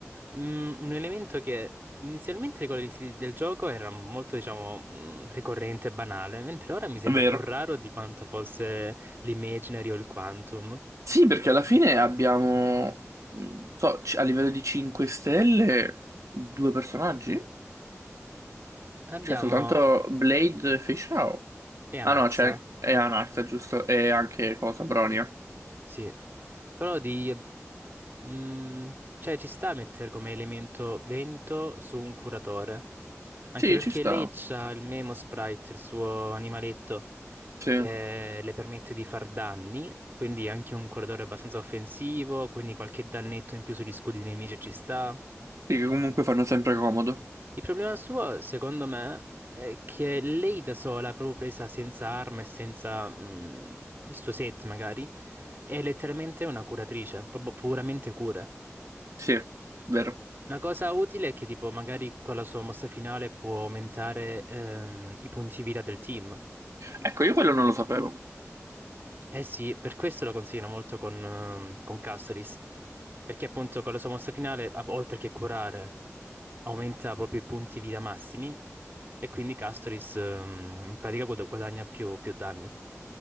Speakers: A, on the right; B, on the right.
A: mm, un elemento che inizialmente con l'inizio del gioco era molto, diciamo, mm, ricorrente e banale, mentre ora mi sembra
B: È vero.
A: più raro di quanto fosse l'Imaginary o il Quantum.
B: Sì, perché alla fine abbiamo, mh, so, c- a livello di 5 stelle, due personaggi?
A: Abbiamo
B: Cioè, soltanto Blade e Fischl.
A: Eanaxa,
B: Ah no, c'è e Anax, giusto? E anche cosa, Bronia.
A: sì, però di... mm, cioè ci sta a mettere come elemento vento su un curatore, anche
B: Sì,
A: perché
B: ci sta.
A: lei c'ha il Memo Sprite, il suo animaletto.
B: Sì.
A: che
B: Sì,
A: le permette di far danni, quindi anche un corridore abbastanza offensivo, quindi qualche dannetto in più sugli scudi dei nemici ci sta.
B: che comunque fanno sempre comodo.
A: Il problema suo, secondo me, è che lei da sola, proprio presa senza arma e senza mm, il suo set magari, è letteralmente una curatrice, proprio puramente cura.
B: Sì, vero.
A: Una cosa utile è che tipo magari con la sua mossa finale può aumentare ehm, i punti vita del team.
B: Ecco, io quello non lo sapevo.
A: Eh sì, per questo lo consiglio molto con, ehm, con Castoris, perché appunto con la sua mossa finale, a- oltre che curare, aumenta proprio i punti vita massimi e quindi Castoris ehm, in pratica guad- guadagna più, più danni,